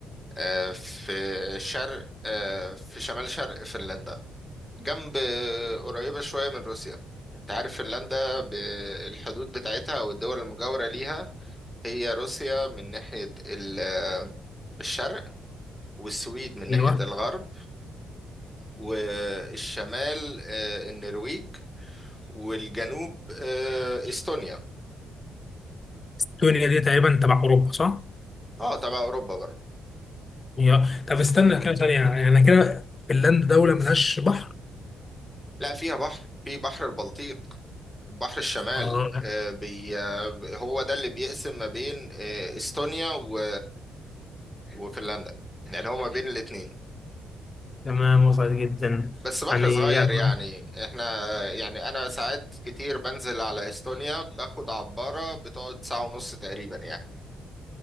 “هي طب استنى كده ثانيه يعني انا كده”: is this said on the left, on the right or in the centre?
Left